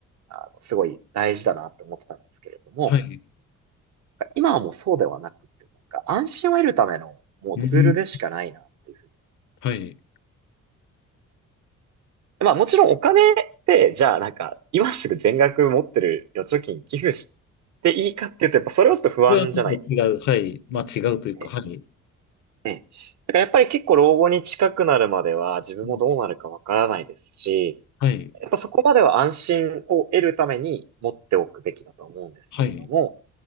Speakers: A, on the right; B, on the left.
A: あの、すごい大事だなって思ってたんですけれども、
B: はい。
A: 今はもうそうではなくて、なんか安心を得るためのもうツールでしかないなっていうふうに
B: うん、はい。
A: まあもちろんお金って、じゃあなんか、今すぐ全額持ってる預貯金寄付していいかっていうと、やっぱそれはちょっと不安じゃないですか。
B: それはちょっと違う。はい。まあ違うというか、
A: ね
B: はい。
A: ねだからやっぱり結構老後に近くなるまでは自分もどうなるかわからないですし、
B: うんはい。
A: やっぱそこまでは安心を得るために持っておくべきだと思うんですけれども、
B: はい。